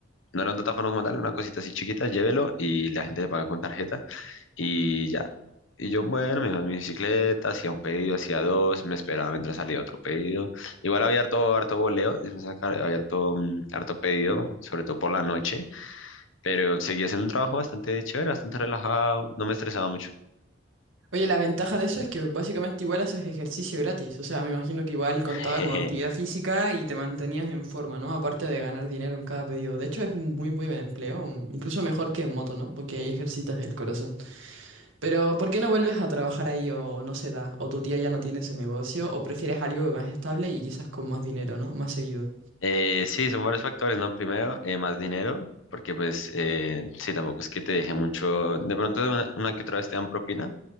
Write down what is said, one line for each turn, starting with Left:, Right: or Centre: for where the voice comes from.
Left: no era un datafono como tal, una cosita así chiquita, llévelo y la gente le paga con tarjeta. Y ya. Y yo, bueno, me iba en mi bicicleta, hacía un pedido, hacía dos, me esperaba mientras salía otro pedido. Igual había harto, harto boleo, digamos acá, había harto, mm, harto pedido, sobre todo por la noche, pero seguía haciendo un trabajo bastante chévere, bastante relajado, no me estresaba mucho.
Right: Oye, la ventaja de eso es que básicamente igual haces ejercicio gratis. O sea, me imagino que igual contaba
Left: <laughs>
Right: con actividad física y te mantenías en forma, ¿no? Aparte de ganar dinero en cada pedido. De hecho, es un muy, muy buen empleo. un- Incluso mejor que en moto, ¿no? Porque ahí ejercitas el corazón. Pero, ¿por qué no vuelves a trabajar ahí o no se da? ¿O tu tía ya no tiene ese negocio? ¿O prefieres algo más estable y quizás con más dinero, ¿no? Más seguido.
Left: Eh, sí, son varios factores, ¿no? Primero, eh, más dinero, porque pues eh, sí, tampoco es que te deje mucho, de pronto una, una que otra vez te dan propina